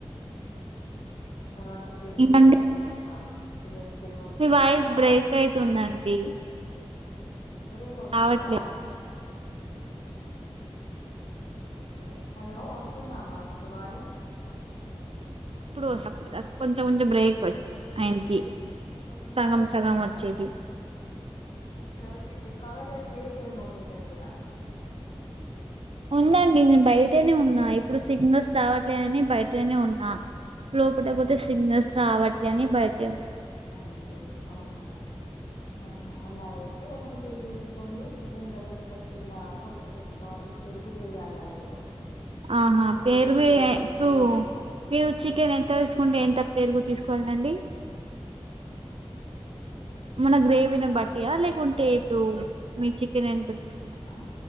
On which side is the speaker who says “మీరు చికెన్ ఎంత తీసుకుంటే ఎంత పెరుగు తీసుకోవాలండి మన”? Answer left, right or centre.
Right